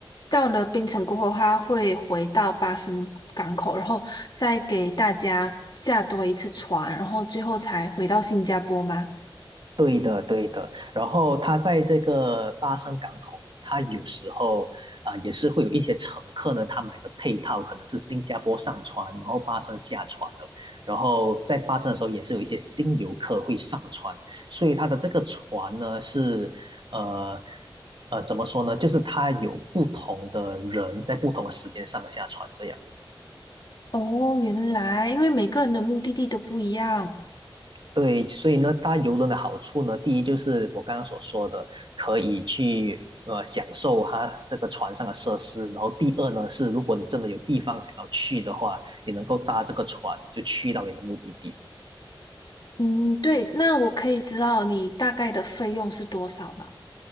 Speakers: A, on the left (about 55°); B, on the right (about 65°).
A: 到了槟城过后，他会回到巴生港口，然后再给大家下多一次船，然后最后才回到新加坡吗？
B: 对的，对的。然后它在这个巴生港口，它有时候啊、也是会有一些乘客呢，他买的配套可能是新加坡上船，然后巴生下船的。然后在巴生的时候，也是有一些新游客会上船，所以它的这个船呢是呃。呃，怎么说呢？就是它有不同的人在不同的时间上下船这样。
A: 哦，原来因为每个人的目的地都不一样。
B: 对，所以呢，搭游轮的好处呢，第一就是我刚刚所说的，可以去呃享受它这个船上的设施。然后第二呢是，如果你真的有地方想要去的话，你能够搭这个船就去到你的目的地。
A: 嗯，对，那我可以知道你大概的费用是多少吗？